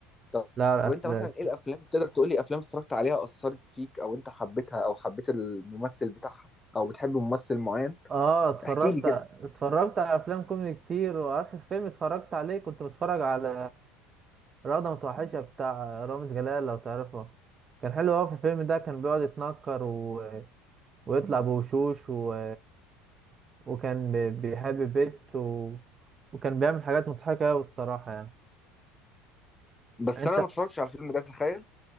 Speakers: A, on the left; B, on the right.
A: طب
B: لا الافلام
A: وانت مثلا ايه الافلام تقدر تقول لي افلام اتفرجت عليها اثرت فيك او انت حبيتها او حبيت الممثل بتاعها او بتحب ممثل معين
B: اه اتفرجت
A: احكي لي كده
B: اتفرجت على افلام كوميدي كتير واخر فيلم اتفرجت عليه كنت بتفرج على رغدة متوحشة بتاع رامز جلال لو تعرفه كان حلو اوي في الفيلم ده كان بيقعد يتنكر و... ويطلع بوشوش و... وكان بي- بيحب بيت و... وكان بيعمل حاجات مضحكة أوي الصراحة يعني
A: بس
B: يعني انت
A: انا ما اتفرجتش على الفيلم ده تخيل